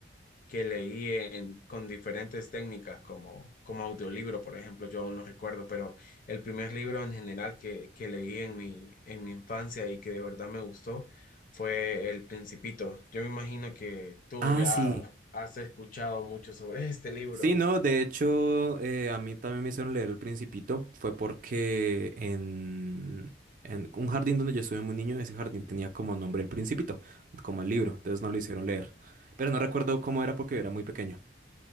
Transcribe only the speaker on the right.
Ah,
sí.
Sí, no, de hecho, eh, a mí también me hicieron leer El Principito. Fue porque en, en un jardín donde yo estuve muy niño, ese jardín tenía como nombre El Principito, como el libro, entonces no lo hicieron leer. Pero no recuerdo cómo era porque era muy pequeño.